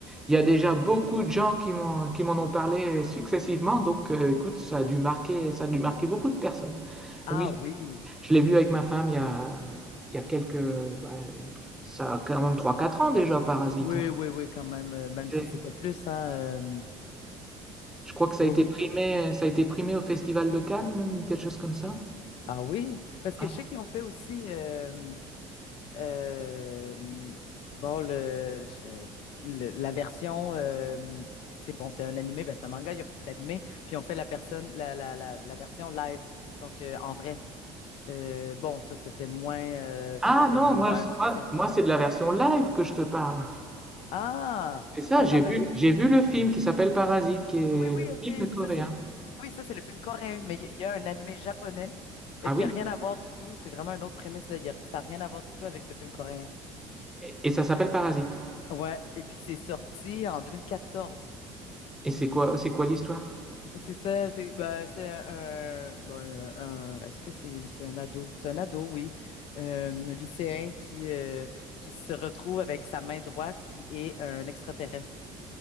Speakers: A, in the centre; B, on the left.
A: Il y a déjà beaucoup de gens qui m'ont qui m'en ont parlé successivement, donc euh, écoute, ça a dû marquer, ça a dû marquer beaucoup de personnes.
B: Ah
A: Oui,
B: oui.
A: je l'ai vu avec ma femme il y a, il y a quelques, ouais, ça a quand même trois quatre ans déjà, Parasite.
B: Oui,
A: hein.
B: oui, oui, quand même, euh, même si
A: Et
B: c'est pas plus, hein. euh,
A: Je crois que ça
B: Oui,
A: a été primé,
B: oui,
A: ça a été primé au Festival de Cannes, même quelque chose comme ça.
B: Ah oui, parce que
A: Hein.
B: je sais qu'ils ont fait aussi euh, euh, hum, bon le, euh, le- la version euh, c'est bon c'est un animé ben c'est un manga ils ont fait l'animé puis ils ont fait la personne la, la, la, la version live donc euh, en vrai Euh, bon ça c'était moins euh, ça
A: Ah
B: c'était
A: non,
B: moins
A: moi, c'est-
B: un succès
A: moi, moi, c'est de la version live que je te parle.
B: ah
A: C'est ça,
B: attends
A: j'ai vu,
B: mais
A: j'ai vu le film qui s'appelle Parasite, qui est
B: oui oui
A: le
B: ok
A: film
B: mais
A: coréen.
B: ça c'est le- oui ça c'est le film coréen mais il y il y a un animé japonais
A: Ah
B: euh, qui
A: oui?
B: a rien à voir du tout c'est vraiment une autre prémisse là Il y a- ça a rien à voir du tout avec le film coréen
A: Et, et ça s'appelle Parasite.
B: Ouais, et puis c'est sorti en 2014.
A: Et c'est quoi, c'est quoi l'histoire?
B: C'est ça, c'est bah, c'est un, bon, un- un- est-ce que c'est c'est un ado? C'est un ado, oui. Euh, un lycéen qui, euh, qui se retrouve avec sa main droite qui est un extraterrestre.